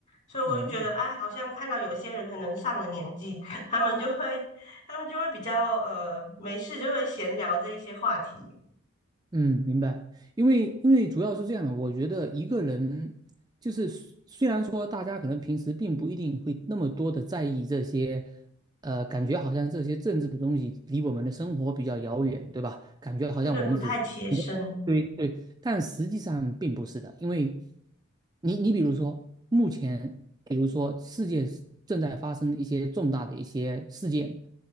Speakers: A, on the left; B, on the right.
A: 所以我就觉得，
B: 嗯、
A: 哎，好像看到有一些人可能上了年纪，<laughs> 他们就会，他们就会比较呃没事就会闲聊这一些话题，
B: 嗯，明白。因为因为主要是这样的，我觉得一个人就是虽虽然说大家可能平时并不一定会那么多的在意这些，呃，感觉好像这些政治的东西离我们的生活比较遥远，对吧？感觉好像我们只是一个对对，
A: 对不对？不太切身，
B: 但实际上并不是的，因为你你比如说，目前比如说世界正在发生一些重大的一些事件，